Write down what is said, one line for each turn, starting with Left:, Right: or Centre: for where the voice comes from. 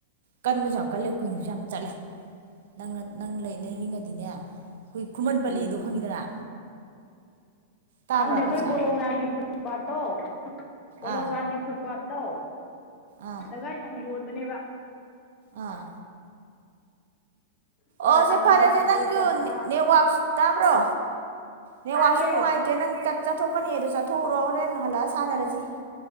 Right: ꯀꯟꯕꯁꯨ ꯌꯥꯝ ꯀꯜꯂꯦ ꯀꯨꯏꯅꯁꯨ ꯌꯥꯝ ꯆꯠꯂꯦ ꯅꯪꯅ ꯅꯪ ꯂꯩꯅꯤꯡꯉꯗꯤꯅꯦ ꯈꯨꯃꯟ ꯄꯂꯤꯗꯣ
Left: ꯎꯝ
Right: ꯈꯪꯉꯤꯗꯅ ꯇꯥꯕ꯭ꯔꯥ
Left: ꯈꯪꯗꯦ ꯑꯩꯈꯣꯏ
Right: ꯐꯖꯥ
Left: ꯄꯣꯂꯣꯒ꯭ꯔꯥꯝꯒꯤ ꯐꯨꯠ ꯄꯥꯠꯇꯣ ꯄꯣꯂꯣꯒ꯭ꯔꯥꯝꯒꯤ
Right: ꯑꯥ
Left: ꯐꯨꯠ ꯄꯥꯠ ꯇꯣ
Right: ꯑꯥ
Left: ꯇꯒ ꯌꯥꯝ ꯌꯣꯟ ꯃꯅꯦꯕ
Right: ꯑꯥ
Left: ꯂꯨꯄꯥ
Right: ꯑꯣꯁꯦ
Left: ꯆꯥꯝꯃꯔꯤ
Right: ꯐꯔꯦꯁꯦ
Left: ꯌꯥꯡꯈꯩ
Right: ꯅꯪꯁꯨ
Left: ꯆꯥꯝꯃꯉꯥ
Right: ꯅꯦꯋꯥꯛ ꯇꯥꯕ꯭ꯔꯣ ꯅꯦꯋꯥꯥꯛꯁꯨ
Left: ꯇꯥꯏꯌꯦ
Right: ꯅꯨꯉꯥꯏꯇꯦ ꯅꯪꯁꯨ ꯆꯠ ꯆꯠꯊꯣꯛ ꯆꯠꯅꯦꯗꯣ ꯆꯠꯊꯣꯛꯎꯔꯣ ꯍꯣꯔꯦꯟ ꯍꯜꯂꯛꯑ ꯁꯥꯟꯅꯔꯁꯤ